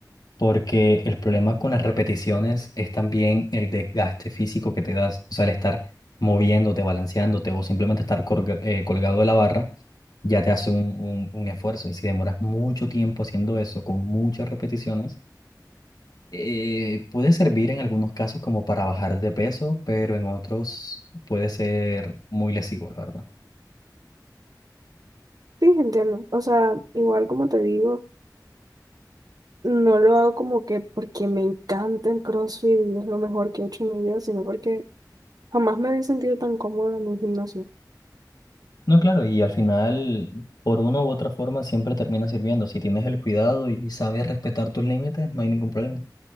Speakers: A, on the left; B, on the right.
A: Porque el problema con las repeticiones es también el desgaste físico que te das, o sea, el estar moviéndote, balanceándote o simplemente estar colga- eh, colgado de la barra, ya te hace un, un- un esfuerzo. Y si demoras mucho tiempo haciendo eso con muchas repeticiones, eh, puede servir en algunos casos como para bajar de peso, pero en otros puede ser muy lesivo, la verdad.
B: Sí, entiendo. O sea, igual como te digo, no lo hago como que porque me encanta el CrossFit y es lo mejor que he hecho en mi vida, sino porque jamás me había sentido tan cómoda en un gimnasio.
A: No, claro, y al final, por una u otra forma, siempre termina sirviendo. Si tienes el cuidado y sabes respetar tus límites, no hay ningún problema.